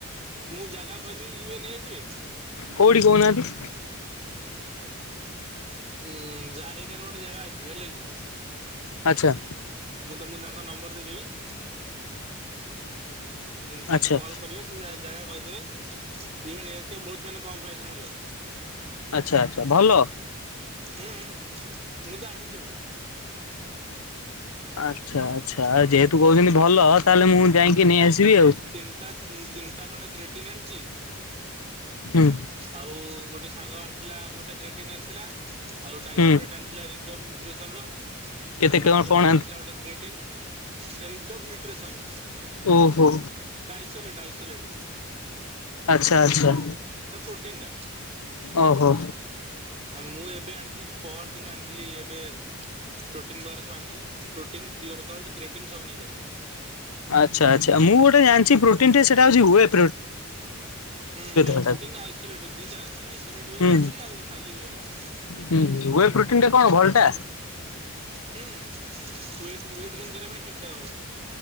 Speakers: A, on the right; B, on the left.
A: ମୁଁ ଜାଗା କହିବି ଯିବେ ନେଇ ଆସିବେ।
B: କୋଉଠି କହୁନାହାନ୍ତି?
A: ଉଁ ଜାରେକା ରେ ଗୋଟେ ଜାଗା ଅଛି ହେଲା କି।
B: ଆଚ୍ଛା।
A: ମୁଁ ତମକୁ ତାଙ୍କ ନମ୍ବର ଦେଇଦେବି। ତାଙ୍କୁ
B: ଆଚ୍ଛା
A: କଲ୍ କରିବେ ସେ ଜାଗା କହିଦେବେ ଯିବେ ନେଇଆସିବେ। ବହୁତ ମାନେ କମ୍ ପ୍ରାଇସରେ ମିଳିବ।
B: ଆଚ୍ଛା ଆଚ୍ଛା ଭଲ।
A: ହୁଁ ହୁଁ ମୁଁ ତ ଆଣୁଚି ସେଠୁ।
B: ଆଚ୍ଛା ଆଚ୍ଛା ଆ ଯେହେତୁ କହୁଛନ୍ତି ଭଲ ତାହେଲେ ମୁଁ ଯାଇକି ନେଇ ଆସିବି ଆଉ।
A: ତିନିଟା ତିନିଟା ଖଣ୍ଡେ କ୍ରିଟିନ୍ ଆଣିଚି।
B: ହୁଁ।
A: ଆଉ ଗୋଟେ ସାଙ୍ଗ ଆଣିଥିଲା ଗୋଟେ କ୍ରିଏଟିନ୍ ଆଣିଥିଲା ଆଉ ଗୋଟେ ଆଇସୋଲେଟ
B: ହୁଁ
A: <unintelligible> ନୁଟ୍ରିସନର।
B: କେତେ
A: ତାପରେ
B: କଣ
A: ଆଉ ଜଣେ
B: କଣ
A: ବି ଆଣିଥିଲା ଗୋଟେ କ୍ରିଏଟିନ୍। ରିଡୋକ୍ ନ୍ୟୁଟ୍ରିସନ୍।
B: ଓହୋ।
A: Isolate isolate.
B: ଆଚ୍ଛା ଆଚ୍ଛା।
A: ଏଟା ପ୍ରୋଟିନ ଟା।
B: ଓ ହଉ।
A: ଆ ମୁଁ ଏବେ ଆଣିଚି ପହର ଦିନ ଆଣିଥିଲି ଏବେ ପ୍ରୋଟିନ ବଗେରା ସବୁ ଆଣିଥିଲି। ପ୍ରୋଟିନ୍, ପିଅର କଡ, କ୍ରିଏଟିନ୍ ସବୁ ନେଇକି ଆଇଚି।
B: ଆଚ୍ଛା ଆଚ୍ଛା ମୁଁ ଗୋଟେ ଜାଣିଚି ପ୍ରୋଟିନ୍ ସେଟା ହଉଛି ୱେବ
A: ହୁଁ ୱେ
B: ସେଟାକୁ।
A: ପ୍ରୋଟିନ୍ ଆଇସୋଲେଟ ଦିଟା ଅଛି ଆଇସୋଲେଟ୍ ୱେବ
B: ହୁଁ
A: ଅଛି ଆଉ ଖାଲି ୱେ ଅଛି। <inaudible>
B: ହୁଁ ୱେ ପ୍ରୋଟିନ୍ ଟା କଣ ଭଲ ଟା?
A: ହୁଁ ୱେଟ ୱେଟ୍ ଗେନ୍ କରିବା ପାଇଁ ଠିକ୍ ଠାକ୍ ହବ।